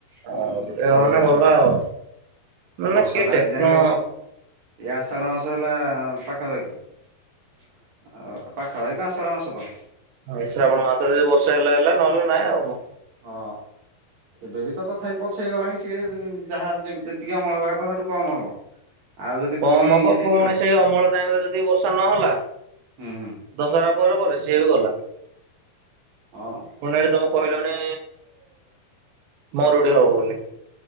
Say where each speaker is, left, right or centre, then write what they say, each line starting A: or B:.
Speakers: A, on the right; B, on the right.
A: ହୁଁ
B: ଓ <unintelligible>
A: ସେଇଆ
B: ମାନେ ଗଲା ଆଉ
A: ଆଉ
B: ମାନେ
A: ବର୍ଷା
B: କେ
A: ତ ଆଜି
B: ଟେକ୍ନୋ
A: ଯାଙ୍କେ ଏଠି ଏ ଆଷାଢ ମାସ ହେଲା ପାଖାପାଖି ଆଉ ପାଖାପାଖି ତ ଆଷାଢ ମାସ କଣ।
B: ହଁ ଏଇ ଶ୍ରାବଣ ମାସେରେ ଯଦି ବର୍ଷା ହେଲା ହେଲା ନହେଲେ ନାଇଁ ଆଉ
A: ହଁ। ଏବେ ବି ତ ତଥାପି ପଛେଇଇ ଗଲାଣି ସିଏ ଉଁ ଯାହା ଯେ ଯେତିକି ଅମଳ ହବା କଥା ତାଠୁ କମ୍ ହବ। ଆଉ ଯଦି
B: କମ୍
A: ପୁଣି
B: ହବ
A: ଇଏ ହେଇଯିବ
B: ପୁଣି ସେ ଅମଳ ଟାଇମରେ ଯଦି ବର୍ଷା ନହେଲା
A: ହୁଁ
B: ଦଶରା ପରେ ପରେ ସିଏ ବି ଗଲା।
A: ଅଁ।
B: ପୁଣି ଏଠି ତମେ କହିଲଣି ମରୁଡି ହବ ବୋଲି।